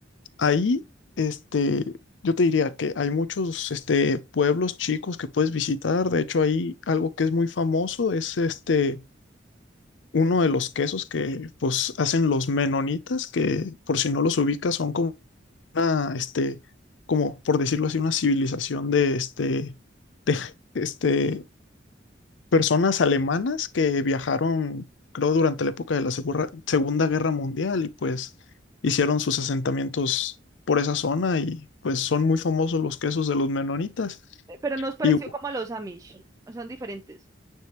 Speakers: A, on the left; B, on the right.
A: Ahí, este, yo te diría que hay muchos, este, pueblos chicos que puedes visitar. De hecho, ahí algo que es muy famoso es este, uno de los quesos que, pues, hacen los menonitas, que por si no los ubicas, son como una, este, como por decirlo así, una civilización de, este, de, <laughs> este, personas alemanas que viajaron, creo, durante la época de la Segura- Segunda Guerra Mundial y pues hicieron sus asentamientos por esa zona y pues son muy famosos los quesos de los menonitas.
B: pero nos pareció
A: Y
B: como a los Amish, son diferentes.